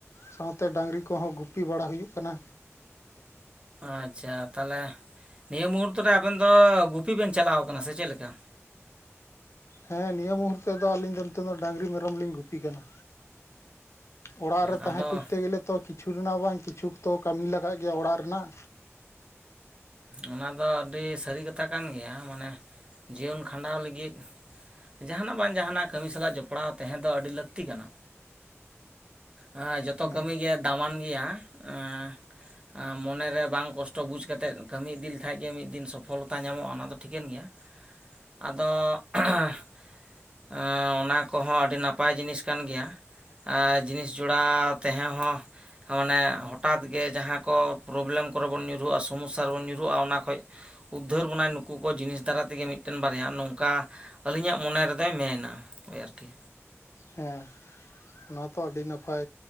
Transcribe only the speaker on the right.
ᱟᱪᱪᱷᱟ ᱛᱟᱦᱚᱞᱮ ᱱᱤᱭᱟᱹ ᱢᱩᱦᱩᱨᱛ ᱨᱮ ᱟᱵᱮᱱ ᱫᱚ ᱜᱩᱯᱤ ᱵᱮᱱ ᱪᱟᱞᱟᱣ ᱠᱟᱱᱟ ᱥᱮ ᱪᱮᱫ ᱞᱮᱠᱟ
ᱟᱫᱚ
ᱚᱱᱟ ᱫᱚ ᱟᱹᱰᱤ ᱥᱟᱹᱨᱤ ᱠᱟᱛᱷᱟ ᱠᱟᱱ ᱜᱮᱭᱟ ᱢᱟᱱᱮ ᱡᱤᱭᱚᱱ ᱠᱷᱟᱸᱰᱟᱣ ᱞᱟᱹᱜᱤᱫ ᱡᱟᱦᱟᱱᱟᱜ ᱵᱟᱝ ᱡᱟᱦᱟᱱᱟᱜ ᱠᱟᱹᱢᱤ ᱥᱟᱞᱟᱜ ᱡᱚᱯᱲᱟᱣ ᱛᱟᱦᱮᱸ ᱫᱚ ᱟᱹᱰᱤ ᱞᱟᱹᱠᱛᱤ ᱠᱟᱱᱟ ᱦᱮ ᱡᱚᱛᱚ
ᱠᱟᱹᱢᱤ ᱜᱮ ᱫᱟᱢᱟᱱ ᱜᱮᱭᱟ ᱮᱸ ᱢᱚᱱᱮ ᱨᱮ ᱵᱟᱝ ᱠᱚᱥᱴᱚ ᱵᱩᱡᱽ ᱠᱟᱛᱮᱫ ᱠᱟᱹᱢᱤ ᱤᱫᱤ ᱞᱮᱠᱷᱟᱡ ᱜᱮ ᱢᱤᱫ ᱫᱤᱱ ᱥᱚᱯᱷᱚᱞᱚᱛᱟ ᱧᱟᱢᱚᱜᱼᱟ ᱚᱱᱟ ᱫᱚ ᱴᱷᱤᱠᱟᱹᱱ ᱜᱮᱭᱟ ᱟᱫᱚ ᱮᱸ ᱚᱱᱟ ᱠᱚᱦᱚᱸ ᱟᱹᱰᱤ ᱱᱟᱯᱟᱭ ᱡᱤᱱᱤᱥ ᱠᱟᱱ ᱜᱮᱭᱟ ᱡᱤᱱᱤᱥ ᱡᱚᱲᱟ ᱛᱮᱦᱮᱸ ᱦᱚᱸ ᱢᱟᱱᱮ ᱦᱚᱴᱟᱛ ᱜᱮ ᱡᱟᱦᱟᱸ ᱠᱚ ᱯᱨᱚᱵᱞᱮᱢ ᱠᱚᱨᱮ ᱵᱚᱱ ᱧᱩᱨᱦᱩᱜᱼᱟ ᱥᱚᱢᱚᱥᱥᱟ ᱥᱟᱨ ᱵᱚᱱ ᱧᱩᱨᱦᱩᱜᱼᱟ ᱚᱱᱟ ᱠᱷᱚᱡ ᱩᱫᱽᱫᱷᱟᱹᱨ ᱵᱚᱱᱟᱭ ᱱᱩᱠᱩ ᱠᱚ ᱡᱤᱱᱤᱥ ᱫᱟᱨᱟ ᱛᱮᱜᱮ ᱢᱤᱫᱴᱮᱱ ᱵᱟᱨᱭᱟ ᱱᱚᱝᱠᱟ ᱟᱹᱞᱤᱧᱟᱜ ᱢᱚᱱᱮ ᱨᱮᱫᱚᱭ ᱢᱮᱱᱟ ᱳᱭ ᱟᱨᱠᱤ